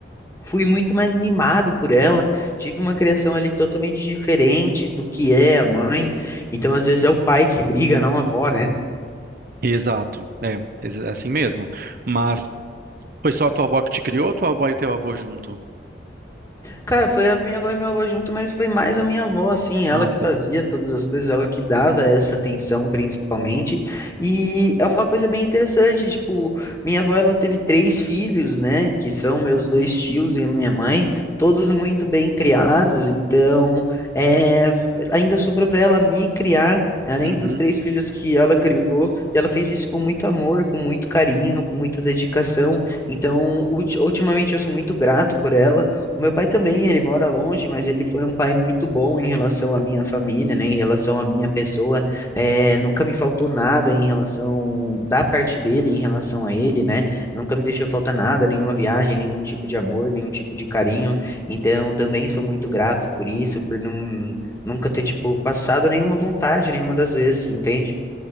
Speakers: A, on the left (about 15°); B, on the right (about 50°).
A: fui muito mais mimado por ela, tive uma criação ali totalmente diferente do que é a mãe. Então, às vezes é o pai que briga, não a avó, né?
B: exato, é, ex- é assim mesmo. Mas foi só a tua avó que te criou, ou tua avó e teu avô junto?
A: Cara, foi a minha avó e meu avô junto, mas foi mais a minha avó, assim, ela
B: Ah,
A: que
B: tá.
A: fazia todas as coisas, ela que dava essa atenção principalmente. E é uma coisa bem interessante, tipo, minha avó, ela teve três filhos, né, que são meus dois tios e a minha mãe, todos muito bem criados, então, é, ainda sobrou para ela me criar, além
B: Uhum.
A: dos três filhos que ela criou, e ela fez isso com muito amor, com muito carinho, com muita dedicação. Então, ulti- ultimamente eu sou muito grato por ela. O meu pai também, ele mora longe, mas ele foi um pai muito bom em relação à minha família, né? Em relação à minha pessoa. É, nunca me faltou nada em relação da parte dele, em relação a ele, né? Nunca me deixou faltar nada, nenhuma viagem, nenhum tipo de amor, nenhum tipo de carinho. Então, também sou muito grato por isso, por não, nunca ter, tipo, passado nenhuma vontade, nenhuma das vezes, entende?